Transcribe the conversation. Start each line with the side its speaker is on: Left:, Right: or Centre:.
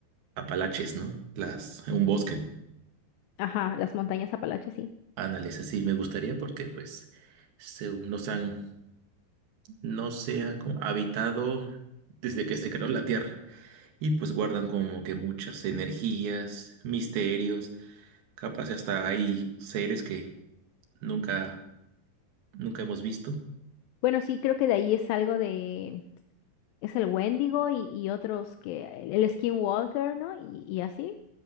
Right: Apalaches, ¿no? Las, un bosque. ¿no?
Left: Ajá, las montañas Apalaches, sí.
Right: Ándale, sí, me gustaría porque pues se, nos han, no se han como habitado desde que se creó la Tierra y pues guardan como que muchas energías, misterios, capaz hasta hay seres que nunca, nunca hemos visto.
Left: Bueno, sí, creo que de ahí es algo de, es el Wendigo y, y otros que, el, el Skinwalker, ¿no? Y, y así.